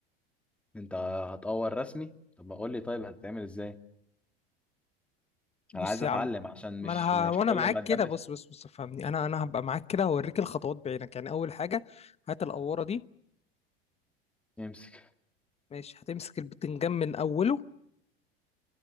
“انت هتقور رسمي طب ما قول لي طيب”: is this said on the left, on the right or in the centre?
Centre